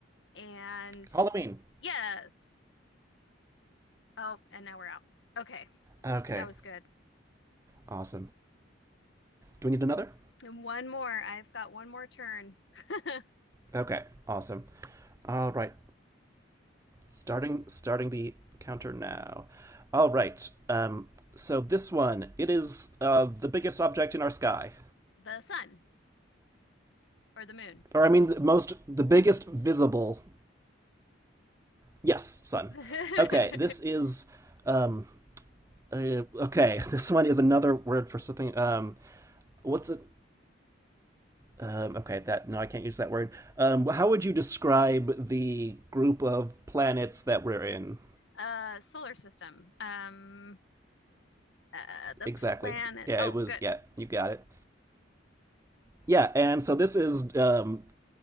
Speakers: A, on the left; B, on the right.
A: and
B: Halloween.
A: yes. Oh, and now we're out. Okay,
B: Okay.
A: that was good.
B: Awesome. Do we need another?
A: And one more. I've got one more turn. <laughs>
B: Okay. Awesome. All right. Starting starting the counter now. All right. Um, so this one, it is uh, the biggest object in our sky.
A: The sun. or the moon.
B: Or I mean the most the biggest visible. Yes, sun.
A: <laughs>
B: Okay, this is um uh, okay, <laughs> this one is another word for something um what's it Um, okay, that no, I can't use that word. Um, how would you describe the group of planets that we're in
A: Uh, solar system. Um, uh, the
B: exactly?
A: planets.
B: Yeah,
A: Oh,
B: it was.
A: good.
B: Yeah, you got it. Yeah, and so this is um,